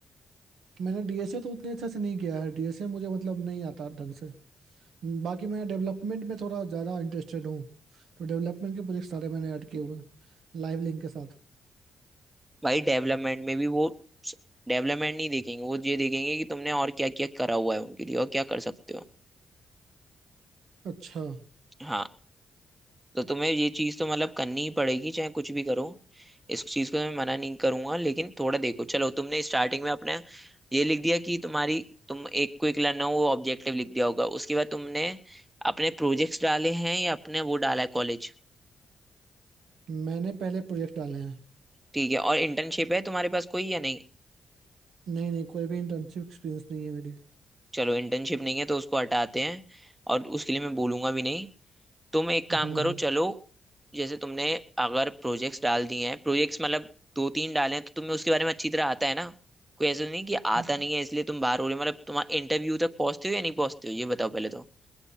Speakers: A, on the right; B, on the right.
A: मैंने डीएसए तो उतने अच्छे से नहीं किया है डीएसए मुझे मतलब नहीं आता ढंग से हम्म, बाकी मैं डेवलपमेंट में थोड़ा ज़्यादा इंटरेस्टेड हूँ तो डेवलपमेंट के प्रोजेक्ट सारे मैंने ऐड किए हुए हैं लाइव लिंक के साथ
B: भाई डेवलपमेंट में भी वो डेवलपमेंट नहीं देखेंगे वो ये देखेंगे कि तुमने और क्या क्या करा हुआ है उनके लिए और क्या कर सकते हो
A: अच्छा
B: हाँ तो तुम्हें ये चीज तो मतलब करनी ही पड़ेगी चाहे कुछ भी करो इस चीज को मैं मना नहीं करूंगा लेकिन थोड़ा देखो चलो तुमने स्टार्टिंग में अपने ये लिख दिया कि तुम्हारी तुम एक क्विक लर्नर हो वो ऑब्जेक्टिव लिख दिया होगा उसके बाद तुमने अपने प्रोजेक्ट्स डाले हैं या अपने वो डाला है कॉलेज
A: मैंने पहले प्रोजेक्ट डाले हैं
B: ठीक है और इंटर्नशिप है तुम्हारे पास कोई या नहीं
A: नहीं नहीं कोई भी इंटर्नशिप एक्सपीरियंस नहीं है मेरी
B: चलो इंटर्नशिप नहीं है तो उसको हटाते हैं और उसके लिए मैं बोलूंगा भी नहीं तुम एक काम
A: हम्म
B: करो
A: हम्म
B: चलो जैसे तुमने अगर प्रोजेक्ट्स डाल दिए हैं प्रोजेक्ट्स मतलब दो तीन डाले हैं तो तुम्हें उसके बारे में अच्छी तरह आता है ना कोई ऐसा नहीं कि
A: हाँ
B: आता नहीं है इसलिए तुम बाहर हो रहे हो मतलब तुम्हारा इंटरव्यू तक पहुंचते हो या नहीं पहुंचते हो ये बताओ पहले तो